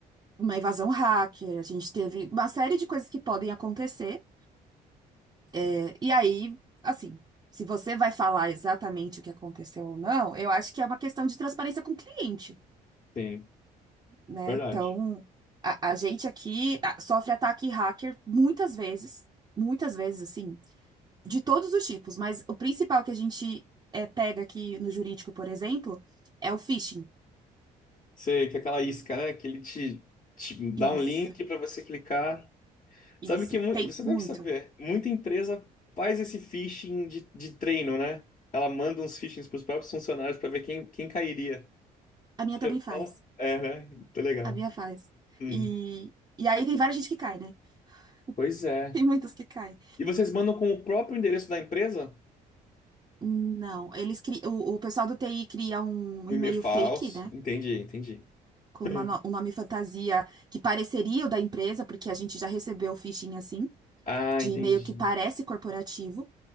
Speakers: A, on the right; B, on the left.
A: uma invasão hacker, a gente teve uma série de coisas que podem acontecer. É, E aí, assim, se você vai falar exatamente o que aconteceu ou não, eu acho que é uma questão de transparência com o cliente,
B: Sim,
A: né?
B: verdade.
A: Então, a, a gente aqui ah, sofre ataque hacker muitas vezes, muitas vezes, assim, de todos os tipos, mas o principal que a gente eh, pega aqui no jurídico, por exemplo, é o phishing.
B: Sei que é aquela isca, né? Que ele te, te dá
A: Isso,
B: um link para você clicar.
A: isso.
B: Sabe que mui-
A: Tem
B: você
A: muito.
B: deve saber, muita empresa faz esse phishing de, de treino, né? Ela manda uns phishings para os próprios funcionários para ver quem, quem cairia.
A: A minha
B: Você
A: também
B: Já ouviu
A: faz.
B: falar? É, né? Muito legal.
A: A minha faz.
B: Hum.
A: E, e aí tem várias gente que cai, né?
B: Pois
A: <laughs>
B: é.
A: Tem muitos que caem.
B: E vocês mandam com o próprio endereço da empresa?
A: Não, eles cri... o, o pessoal do TI cria um
B: Um
A: e-mail
B: e-mail falso.
A: fake, né?
B: Entendi, entendi.
A: Com
B: <laughs>
A: uma no- um nome fantasia que pareceria o da empresa, porque a gente já recebeu phishing assim,
B: Ah,
A: de
B: entendi.
A: e-mail que parece corporativo.